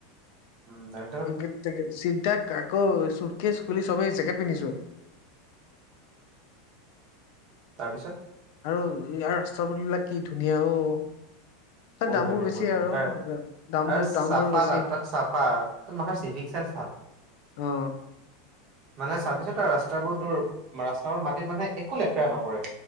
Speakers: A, on the right; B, on the left.
A: উম' দাৰ
B: জাকেট তাকেট চিধা আকৌ চুটকেচ খুলি চবে জেকেট পিন্ধিছো।
A: তাৰপিছত?
B: আৰু ইয়াৰ ৰাস্তা পদুলি বিলাক কি ধুনীয়া অও। ত'
A: বহুত
B: দামবোৰ
A: ধুনীয়া
B: বেছি
A: বহুত ধুনীয়া
B: আৰু
A: তাৰ
B: এ দামটো
A: আৰু
B: দামবোৰ
A: চাফা
B: বেছি।
A: তাত তাত চাফা তাত মানুহৰ চিভিক চেন্স ভাল
B: অঁ।
A: মানে চাবিছো তাৰ ৰাস্তাবোৰ তোৰ' ৰাস্তাবোৰ মাটিত মানে একো লেতেৰা নকৰে।